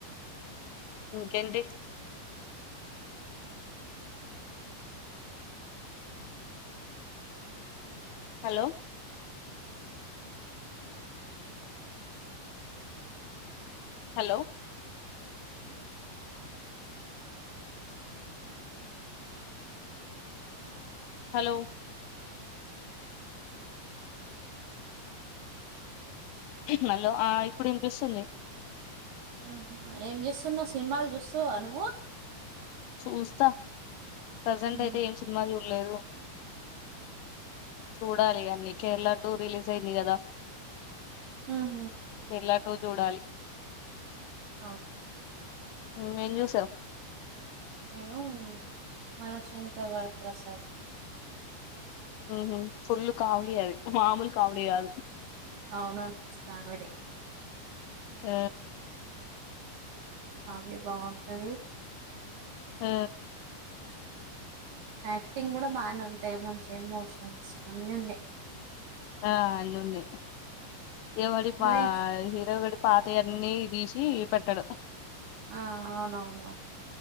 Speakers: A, on the left; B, on the right.
A: ఇంకేంటి హలో హలో హలో నలో ఆ అప్పుడంట సల్
B: ఆహ ఏం చేస్తున్నా్ సినిమాలు చూస్తావా నువ్వు
A: చూజత ప్రెజెంట్
B: ఉమ్.
A: అయితే ఏం సినిమాలు లేదు చూడాలి కానీ కేరళ టూ రిలీస్ అయింది కదా
B: ఆహా
A: ఎాటో చూడాలి
B: అ
A: మన్సా
B: నేను మనశంకర్రప్రసాద్
A: హ ఫుల్లు కావళి అది మామూలు కామెడీ కాదు
B: అవునుస్ కానుడి
A: ఆ
B: ఫ్యామిలీ బాగుంటది
A: ఆ
B: యాక్టింగ్ కూడా బానే ఉంటాయి మంచిం ఎమోషన్స్ అన్ని ఉన్నాయి
A: ఆ అల్లున్నే ఎవడి పా
B: నువ్వే
A: హీరోగాడు పాత యన్నిదీసి పెట్టడం
B: ఆ అవునవును